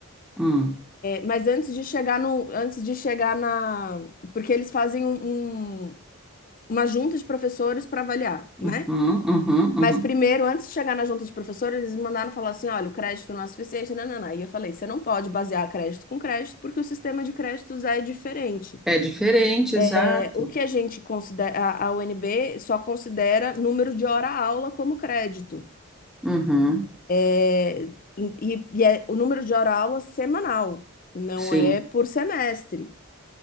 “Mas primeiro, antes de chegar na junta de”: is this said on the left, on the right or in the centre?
Left